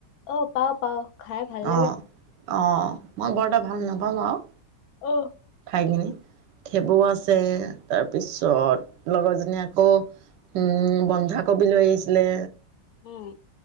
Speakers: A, on the left; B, on the right.
A: অ পাও পাও খাই ভাল লাগে।
B: অ', অ মই বৰ এটা ভাল নাপাওঁ আৰু
A: আহ
B: খাই কিনি থেবৌ আছে। তাৰপিছত লগৰজনী আকৌ উম বন্ধাকবি লৈ আহিছিলে।
A: উম।